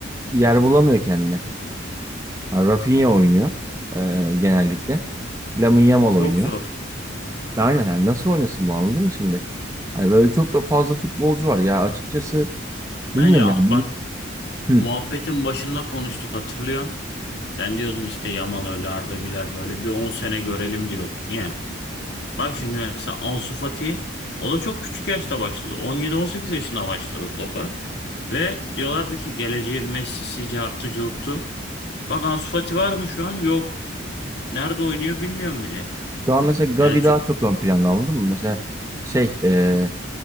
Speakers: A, on the right; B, on the left.
A: yer bulamıyor kendine. Ha, Rafinha oynuyor e, genellikle. Lamine Yamal oynuyor.
B: çok zor.
A: E, Aynen yani nasıl oynasın bu anladın mı şimdi? Hani böyle çok da fazla futbolcu var ya açıkçası bilmiyorum
B: Bence
A: yani. Bu-
B: bak
A: Hı.
B: muhabbetin başında konuştuk hatırlıyorum. Sen diyordun işte Yamal öyle Arda Güler böyle bir 10 sene görelim diyordun. Niye? Bak şimdi mesela Ansu Fati o da çok küçük yaşta başladı. 17-18 yaşında başladı topa. Ve diyorlardı ki geleceğin Messi'si, cartı curtu. Bak Ansu Fati var mı şu an? Yok. Nerede oynuyor bilmiyorum bile.
A: Şu an mesela Gavi
B: Yani çünkü
A: daha çok ön planda anladın mı? Mesela şey e,